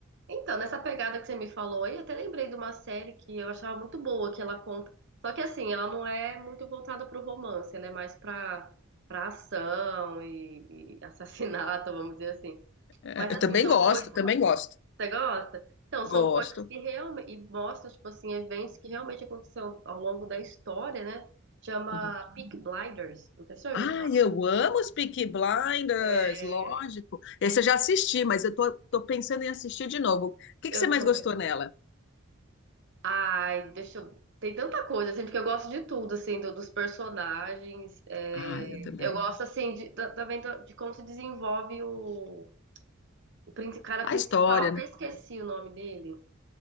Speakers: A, on the right; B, on the left.
A: Então, nessa pegada que você me falou aí, eu até lembrei de uma série que eu achava muito boa, que ela conta. Só que assim, ela não é muito voltada para o romance, ela é mais para para ação e, e assassinato, <laughs> vamos dizer assim.
B: É,
A: Mas
B: eu
A: assim,
B: também
A: são
B: gosto,
A: coisas.
B: também gosto.
A: Você gosta? Então,
B: Gosto.
A: são coisas que realmente. E mostra, tipo assim, eventos que realmente aconteceram ao longo da história, né? Chama
B: Uhum.
A: Peak Blinders. Não sei se você já
B: Ai,
A: ouviu falar.
B: eu amo os Peaky Blinders,
A: É,
B: lógico. Esse eu já assisti, mas eu tô, tô pensando em assistir de novo. O que
A: Eu
B: que você mais
A: também.
B: gostou nela?
A: Ai, deixa eu. Tem tanta coisa, assim, porque eu gosto de tudo, assim, do- dos personagens. é,
B: Ai, eu também.
A: Eu gosto, assim, de- da- também do- de como se desenvolve o, o princi- cara
B: A
A: principal.
B: história,
A: Até
B: né?
A: esqueci o nome dele.